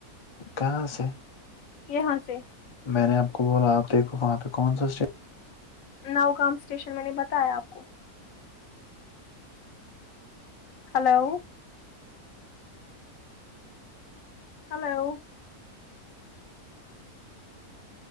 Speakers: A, on the left; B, on the left.
A: کہاں سے
B: یہاں سے
A: میں نے آپ کو بولا آپ دیکھو وہاں پہ کون سا اسٹیٹ
B: نوگام اسٹیشن میں نے بتایا آپ کو ہلو ہلو